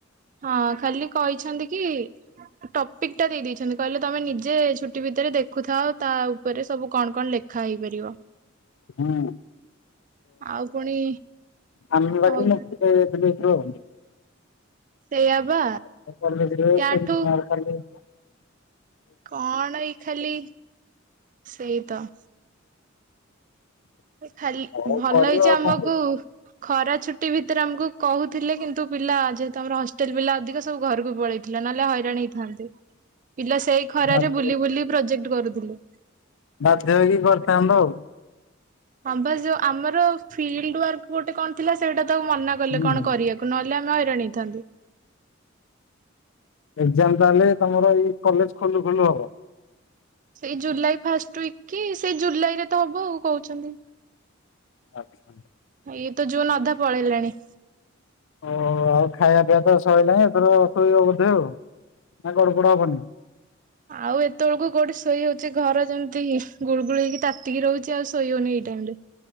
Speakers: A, on the right; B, on the left.
A: ହଁ ଖାଲି କହିଛନ୍ତି କି ଟପିକ ଟା ଦେଇ ଦେଇେଇଛନ୍ତି କହିଲେ ତମେ ନିଜେ ଛୁଟି ଭିତରେ ଦେଖୁଥାଅ ତା ଉପରେ ସବୁ କଣ କଣ ଲେଖା ହେଇପାରିବ
B: ହଁ
A: ଆଉ ପୁଣି
B: ଆମ ଲାଗି
A: ଆଉ
B: ହ ହଉ
A: ସେଇଆ ବା
B: ଆ
A: ୟାଠୁ କଣ ଏଇ ଖାଲି ସେଇ ତ ଖାଲି
B: ହଉ
A: ଭଲ
B: କରିବ
A: ହେଇଛି
B: ଆଉ
A: ଆମକୁ
B: କଣ କରିବ
A: ଖରା ଛୁଟି ଭିତରେ ଆମକୁ କହୁଥିଲେ କିନ୍ତୁ ପିଲା ଯେହେତୁ ଆମର ହଷ୍ଟେଲ ପିଲା ଅଧିକ ସବୁ ଘରକୁ ପଳେଇ ଥିଲା ନହେଲେ ହଇରାଣ ହେଇଥାନ୍ତୁ, ପିଲା ସେଇ ଖରାରେ
B: ବାଧ୍ୟ
A: ବୁଲି ବୁଲି ପ୍ରୋଜେକ୍ଟ କରୁଥିଲେ।
B: ବାଧ୍ୟ ହେଇକି କରିଥାନ୍ତ ଆଉ।
A: ହଁ ବାସ ଯୋଉ ଆମର ଫିଲ୍ଡ ୱାର୍କ ଗୋଟେ କଣ ଥିଲା ସେଇଟା ତାକୁ ମନା କଲେ
B: ହୁଁ।
A: କଣ କରିବାକୁ। ନହେଲେ ଆମେ ହଇରାଣ ହେଇଥାନ୍ତୁ।
B: ଏକ୍ଜାମ ତାହେଲେ ତମର ଏଇ କଲେଜ ଖୋଲୁ ଖୋଲୁ ହବ?
A: ସେଇ ଜୁଲାଇ ଫାଷ୍ଟ ୱିକ କି ସେଇ ଜୁଲାଇରେ ତ ହବ ଆଉ କହୁଛନ୍ତି।
B: ଆଚ୍ଛା।
A: ଇଏ ତ ଜୁନ ଅଧା ପଳେଇଲାଣି।
B: ଓ ଆଉ ଖାଇବା ପିଇବା ତ ଶୋଇଲାଣି ଏଥର ଶୋଇବ ବୋଧେ ଆଉ ନା ଗଡ଼ ପଡ଼ ହବନି?
A: ଆଉ ଏତେବେଳକୁ କୋଉଠି ଶୋଇ ହଉଛି ଘର ଯେମିତି ଗୁଳୁଗୁଳ ହେଇକି ତାତିକି ରହୁଛି ଆଉ ଶୋଇ ହଉନି ଏଇ ଟାଇମ ରେ।